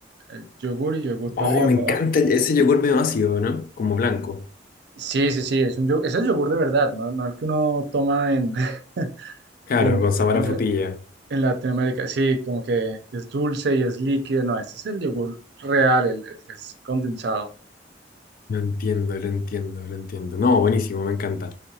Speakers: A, on the right (about 65°); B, on the left (about 50°).
A: El yogur y yogur
B: Oh,
A: para arriba,
B: me
A: para
B: encanta
A: abajo.
B: ese yogur medio ácido, ¿no? Como blanco.
A: Sí, sí, sí, es un yogur, es el yogur de verdad, ¿no? No el que uno toma en, <laughs>
B: Claro,
A: en,
B: con sabor
A: en,
B: a frutilla.
A: la- en Latinoamérica. Sí, como que, que es dulce y es líquido, no, este es el yogur real, el, el que es condensado.
B: Lo entiendo, lo entiendo, lo entiendo. No, buenísimo, me encanta.